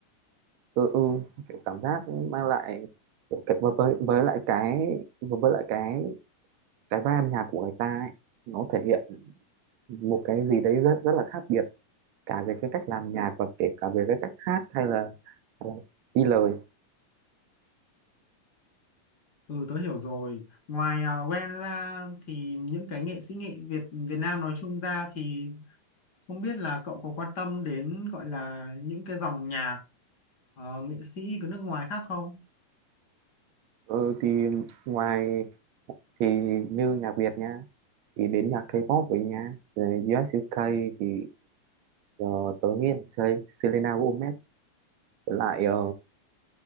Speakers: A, on the right (about 70°); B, on the left (about 40°).
A: ừ ừ kiểu cảm giác mang lại kiểu cái, với với với lại cái với với lại cái cái vai âm nhạc của người ta ấy, nó thể hiện một cái gì đấy rất rất là khác biệt cả về cái cách làm nhạc và kể cả về cái cách hát hay là, hay là đi lời
B: ừ tớ hiểu rồi ngoài uh, Gwen ra thì những cái nghệ sĩ nghệ Việt Việt Nam nói chung ra thì không biết là cậu có quan tâm đến gọi là những cái dòng nhạc ờ, nghệ sĩ của nước ngoài khác không
A: ừ, thì ngoài thì như nhạc Việt nha thì đến nhạc K-pop với nha rồi US UK thì uh, tớ nghĩ là Sel- Selena Gomez với lại ờ,